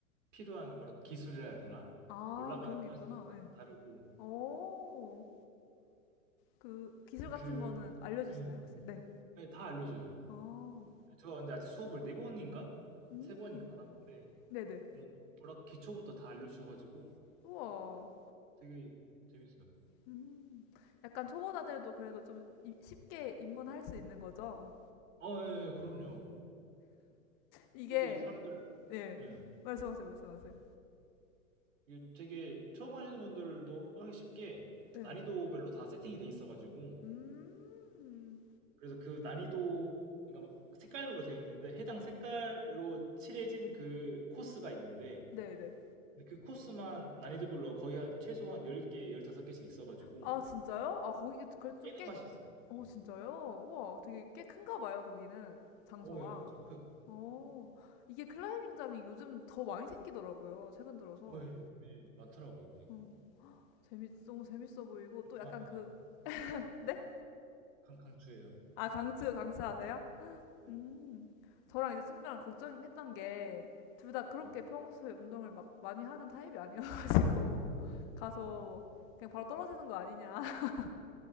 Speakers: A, on the right; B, on the left.
A: 필요한 뭐랄까 기술이라 해야 되나?
B: 아
A: 올라가는
B: 그런 게
A: 방식도
B: 있구나.
A: 다
B: 예.
A: 다르고
B: 오, 그 기술
A: 이제
B: 같은
A: 그
B: 거는 알려주시나요
A: 예,
B: 혹시? 네.
A: 예, 다 알려줘요.
B: 아,
A: 제가 근데 아직 수업을 네 번인가
B: 음,
A: 세 번인가 받았는데
B: 네네.
A: 뭐 뭐랄까 기초부터 다 알려주셔가지고
B: 우와.
A: 되게 재밌어요.
B: 음, 약간 초보자들도 그래도 좀 이- 쉽게 입문할 수 있는 거죠?
A: 어, 예, 예, 그럼요.
B: 이게
A: 되게 사람들
B: 예.
A: 예.
B: 말씀하세요, 말씀하세요.
A: 이게 되게 처음 하시는 분들도 하기 쉽게
B: 네.
A: 난이도별로 다 세팅이 돼 있어가지고
B: 음,
A: 그래서 그 난이도 그러니까 막 색깔별로 돼 있는데 해당 색깔로 칠해진 그 코스가 있는데
B: 네네.
A: 근데 그 코스만 난이도별로 거의 한 최소한 10개, 15개씩 있어가지고
B: 아 진짜요? 아 거기 그래도
A: 그래서
B: 좀꽤
A: 깨는 맛이 있어요.
B: 오
A: 예.
B: 진짜요? 우와, 되게 꽤 큰가 봐요, 거기는. 장소가.
A: 어, 예, 엄청 커요.
B: 어, 이게 클라이밍장이 요즘 더 많이 생기더라고요, 최근 들어서.
A: 어, 예, 요즘에 많더라고요, 보니까.
B: 음, 재밌, 너무 재밌어 보이고, 또
A: 강추합니다.
B: 약간 그, 네?
A: 강, 강추예요.
B: 아, 강추, 강추하세요?
A: 네.
B: 음, 저랑 이제 친구랑 걱정했던 게, 둘 다 그렇게
A: 네.
B: 평소에 운동을 막 많이 하는 타입이 아니어가지고, <laughs> 가서
A: 음,
B: 그냥 바로 떨어지는 거 아니냐, <laughs>